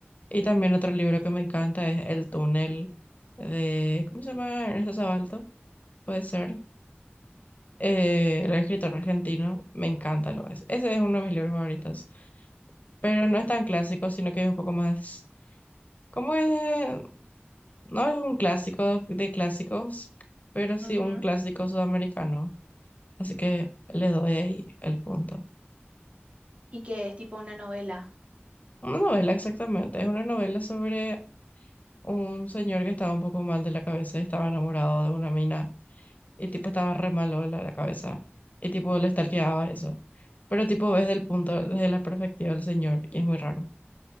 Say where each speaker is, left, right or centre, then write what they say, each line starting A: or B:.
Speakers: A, on the left (about 40°); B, on the right (about 30°).
A: Y también otro libro que me encanta es El túnel de, ¿cómo se llama? Ernesto Sabalto, puede ser. Eh, el escritor argentino, me encanta lo es. Ese es uno de mis libros favoritos, pero no es tan clásico, sino que es un poco más, ¿cómo es? No es un clásico de clásicos, pero sí
B: ujú.
A: un clásico sudamericano. Así que le doy ahí el punto.
B: Y que es tipo una novela.
A: Una novela exactamente, es una novela sobre un señor que estaba un poco mal de la cabeza y estaba enamorado de una mina y tipo estaba re malo de la, la cabeza y tipo le stalkeaba eso. Pero tipo ves del punto, desde la perspectiva del señor y es muy raro.